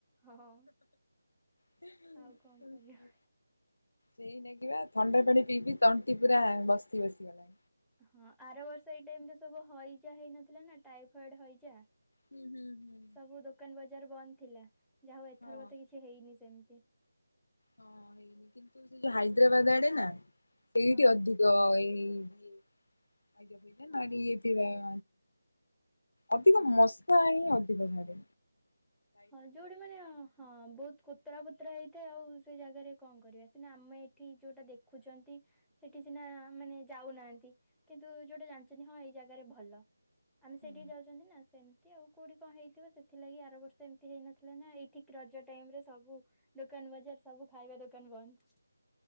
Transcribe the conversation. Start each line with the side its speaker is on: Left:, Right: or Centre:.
Centre: ହଁ
Left: ହ ହଁ
Centre: ଆଉ କଣ କରିବା
Left: ହ ସେଇ ନାଗି ପା ଥଣ୍ଡା ପାଣି ପିଇ ପି ତଣ୍ଟି ପୁରା ବସି ଗଲାଣି
Centre: ହଁ ଆର ବର୍ଷ ଏଇ ଟାଇମ ରେ ସବୁ ହଇଜା ହେଇନଥିଲା ନା ଟାଇଫଏଡ ହଇଜା
Left: ହୁଁ ହୁଁ ହୁଁ
Centre: ସବୁ ଦୋକାନ ବଜାର ବନ୍ଦ ଥିଲା ଯାହା ହଉ ଏଥର
Left: ହଁ
Centre: କେ କିଛି ହେଇନି ସେମତି
Left: ହଁ ହେଇନି କିନ୍ତୁ ସେ ଯୋଉ ହାଇଦ୍ରାବାଦ ଆଡେ ନା ସେଇଠି
Centre: ହଁ
Left: ଅଧି <unintelligible>
Centre: ହଁ
Left: ଅବିକା
Centre: ହଁ
Left: ମସା ହିଁ ଅଧିକ ଭାରେ।
Centre: ହଁ ଯୋଉଠି ମାନେ। ହଁ ବହୁତ୍ କୋତରା ପୋତରା ହେଇଥାଏ ଆଉ ସେଇ ଜାଗାରେ କଣ କରିବା ସିନା ଆମେ ଏଠି ଯୋଉଟା ଦେଖୁଚନ୍ତି। ସେଠି ସିନା ମାନେ ଯାଉନାହାନ୍ତି କିନ୍ତୁ ଯୋଉଟା ଜାଣିଚନ୍ତି ହଁ ଏଇ ଜାଗାରେ ଭଲ। ଆମେ ସେଇଠିକି
Left: ହଁ
Centre: ଯାଉଚନ୍ତି ନା ସେମତି ଆଉ କୋଉଠି କଣ ହେଇଥିବ ସେଥିଲାଗି ଆର ବର୍ଷ ଏମ୍ ତି ହେଇନଥିଲା ନା ଏଇ ଠିକ୍ ରଜ ଟାଇମ ରେ ସବୁ ଦୋକାନ୍ ବଜାର୍ ସବୁ ଖାଇବା ଦୋକାନ ବନ୍ଦ୍।